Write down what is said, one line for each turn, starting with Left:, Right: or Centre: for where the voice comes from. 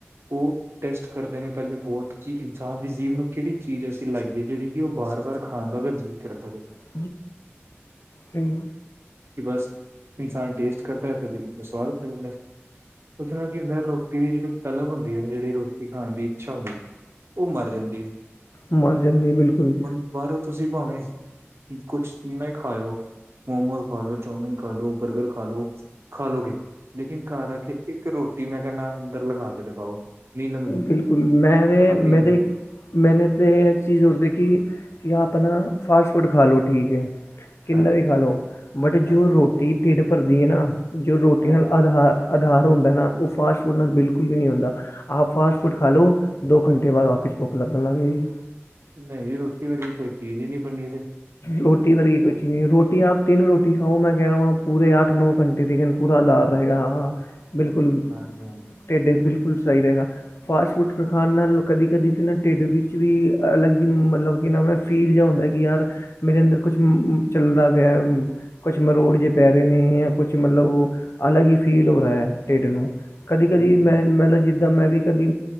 Right: ਉਹ ਟੈਸਟ ਕਰਦੇ ਨੇ ਪਹਿਲੇ ਬਹੁਤ ਕਿ ਇਨਸਾਨ ਦੀ ਜੀਵ ਨੂੰ ਕਿਹੜੀ ਚੀਜ਼ ਅਸੀਂ ਲਾਈਏ ਜਿਹੜੀ ਕਿ ਉਹ ਬਾਰ ਬਾਰ ਖਾਣ ਨੂੰ ਜੀ ਕਰਦਾ ਵੇ
Left: <unintelligible> ਸਹੀ
Right: ਕਿ ਬਸ ਇਨਸਾਨ ਟੇਸਟ ਕਰਦਾ ਹੈ ਤੇ ਕਦੀ ਸਵਾਦ ਪੈ ਜਾਂਦਾ ਪੁੱਛਣਾ ਵੀ ਹੁੰਦਾ ਰੋਟੀ ਦੀ ਜਿਹੜੀ ਤਲਬ ਹੁੰਦੀ ਹੈ ਜਿਹੜੀ ਰੋ ਰੋਟੀ ਖਾਣ ਦੀ ਇੱਛਾ ਹੁੰਦੀ ਉਹ ਮਰ ਜਾਂਦੀ ਹੈ।
Left: ਮਰ ਜਾਂਦੀ ਹੈ ਬਿਲਕੁਲ
Right: ਹੁਣ ਬਾਹਰੋਂ ਤੁਸੀਂ ਭਾਵੇਂ ਕੁਛ ਇੰਨਾ ਹੀ ਖਾ ਆਇਓ। ਮੋਮੋਸ ਖਾ ਲੋ ਚਾਊਮਨ ਖਾ ਲੋ ਬਰਗਰ ਖਾ ਲੋ ਖਾ ਲੋੋ ਗੇ ਲੇਕਿਨ ਘਰ ਆ ਕੇ ਇੱਕ। ਇੱਕ ਰੋਟੀ ਮੈਂ ਕਿਹਾ ਨਾ ਅੰਦਰ ਲਗਾ ਕੇ ਦਿਖਾਓ। ਨਹੀਂ ਲੰਘਦੀ
Left: ਬਿਲਕੁਲ ਮੈਨੇ
Right: ਖਾਧੀ
Left: ਮੇਰੀ।
Right: ਨਹੀਂ ਜਾਂਦੀ
Left: ਮੈਂਨੇ ਤਾਂ ਇੱਕ ਚੀਜ਼ ਔਰ ਦੇਖੀ ਕਿ ਆਪਣਾ ਫਾਸਟ ਫੂਡ ਖਾ ਲਓ ਠੀਕ ਹੈ। ਕਿੰਨਾ
Right: ਹਾਂਜੀ
Left: ਵੀ ਖਾ ਲਓ ਬਟ ਜੋ
Right: ਹਾਂਜੀ
Left: ਰੋਟੀ ਢਿੱਡ ਭਰਦੀ ਹੈ, ਨਾ ਜੋ ਰੋਟੀ
Right: ਨਹੀਂ
Left: ਨਾਲ ਆਧਾਰ। ਆਧਾਰ ਹੁੰਦਾ ਨਾ, ਉਹ ਫਾਸਟ ਫੂਡ ਨਾਲ ਬਿਲਕੁਲ ਵੀ ਨਹੀਂ ਹੁੰਦਾ‌। ਆਪ ਫਾਸਟ ਫੂਡ ਖਾ ਲੋ ਦੋ ਘੰਟੇ ਬਾਅਦ ਵਾਪਿਸ ਭੁੱਖ ਲੱਗਣ ਲੱਗ ਜਾਵੇਗੀ।
Right: ਨਹੀਂ ਰੋਟੀ ਵਰਗੀ ਕੋਈ ਚੀਜ਼ ਹੀ ਨਹੀਂ ਬਣੀ ਤੇ।
Left: ਰੋਟੀ ਵਰਗੀ ਕੋਈ ਚੀਜ਼ ਨਹੀਂ ਰੋਟੀ ਆਪ ਤਿੰਨ ਰੋਟੀ ਖਾਓ ਮੈਂ ਕਹਿ ਰਵਾਂ ਪੂਰੇ ਅੱਠ। ਨੌਂ ਘੰਟੇ ਦੇਖਨ ਪੂਰਾ ਅਧਾਰ ਰਏਗਾ ਬਿਲਕੁਲ।
Right: ਹਾਂਜੀ ਹਾਂਜੀ
Left: ਢਿੱਡ ਬਿਲਕੁਲ ਸਈ ਰਏਗਾ। ਫਾਸਟ ਫੂਡ ਫੇਰ ਖਾਣ ਨਾਲ ਕਦੀ ਕਦੀ ਤੇ ਨਾ ਢਿੱਡ ਵਿੱਚ ਵੀ ਅਲੱਗ ਜਈ ਮਲਬ ਕਿ ਨਾ ਮੈਂ ਫੀਲ ਜਿਆ ਹੁੰਦੈ। ਯਾਰ, ਮੇਰੇ ਅੰਦਰ ਕੁਛ ਮੁ ਚੱਲਦਾ ਪਿਆ ਏ ਕੁਛ ਮਰੋੜ ਜੇ ਪੈ ਰੇ ਨੇ ਜਾਂ ਕੁਛ ਮਲਬ ਓ ਅਲੱਗ ਈ ਫੀਲ ਹੋਰਾ ਏ ਢਿੱਡ ਨੂੰ। ਕਦੀ, ਕਦੀ
Right: ਹਾਂਜੀ
Left: ਮੈਂ
Right: ਹਾਂਜੀ
Left: ਮਲਬ ਜਿੱਦਾਂ ਮੈਂ ਵੀ ਕਦੀ